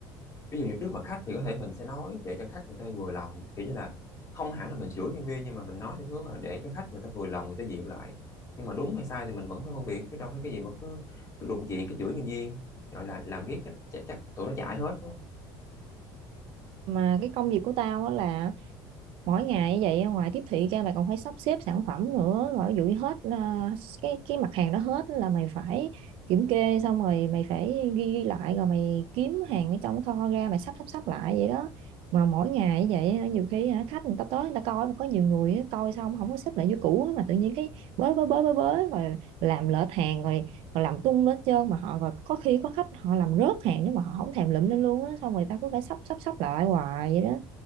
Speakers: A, on the left; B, on the right.
A: ví dụ như trước mặt khách thì có thể mình sẽ nói để cho khách người ta vừa lòng kiểu như là không hẳn là mình chửi nhân viên nhưng mà mình nói theo hướng là để cho khách người ta vừa lòng người ta dịu lại nhưng mà đúng hay sai thì mình vẫn phải phân biệt chứ đâu phải cái gì mà cứ cứ đụng chuyện cái chửi nhân viên gọi là làm ghét chắc chắc, chắc tụi nó chảy hết quá
B: mà cái công việc của tao á là mỗi ngày như vậy ngoài tiếp thị ra mày còn phải sắp xếp sản phẩm nữa rồi ví dụ như hết à, cái cái mặt hàng đó hết là mày phải kiểm kê xong rồi mày phải ghi, lại rồi mày kiếm hàng ở trong kho ra mày sắp sắp sắp lại vậy đó mà mỗi ngày như vậy hả, nhiều khi hả, khách người ta tới người ta coi mà có nhiều người á, coi xong không có xếp lại như cũ á, mà tự nhiên cái bới bới bới bới bới rồi làm lệch hàng rồi còn làm tung lên trơn mà họ rồi có khi có khách họ làm rớt hàng nếu mà họ không thèm lụm lên luôn á xong rồi ta cứ phải sắp sắp sắp lại hoài vậy đó